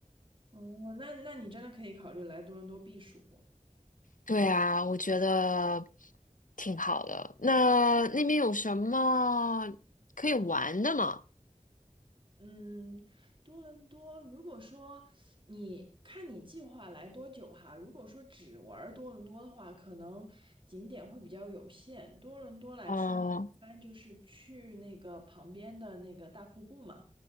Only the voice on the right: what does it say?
哦，那那你真的可以考虑来多伦多避暑。
嗯，多伦多，如果说你看你计划来多久哈，如果说只玩儿多伦多的话，可能景点会比较有限。多伦多来说，
一般就是去那个旁边的那个大瀑布嘛，